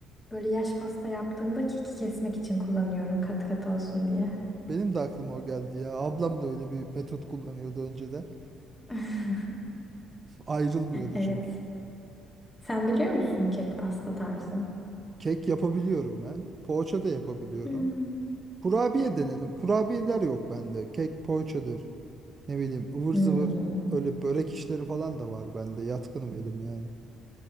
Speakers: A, on the left; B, on the right.
A: böyle yaş pasta yaptığımda keki kesmek için kullanıyorum kat kat olsun diye.
B: Benim de aklıma o geldi ya. Ablam da öyle bir metot kullanıyordu önceden.
A: <laughs>
B: Ayrılmıyordu
A: Evet.
B: çünkü.
A: Sen biliyor musun kek pasta tarzı?
B: Kek yapabiliyorum ben. Poğaça da yapabiliyorum.
A: Hmm.
B: Kurabiye denedim. Kurabiyeler yok bende. Kek, poğaçadır. Ne bileyim ıvır
A: Hmm.
B: zıvır öyle börek işleri falan da var bende. Yatkınım elim yani.